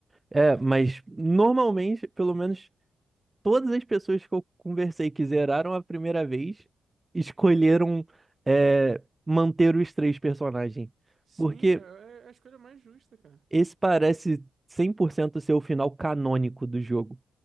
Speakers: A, on the right; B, on the right.
A: É, mas normalmente, pelo menos todas as pessoas que eu conversei que zeraram a primeira vez escolheram é, manter os três personagens.
B: Sim,
A: Porque
B: é é a escolha mais justa, cara.
A: esse parece 100% ser o final canônico do jogo.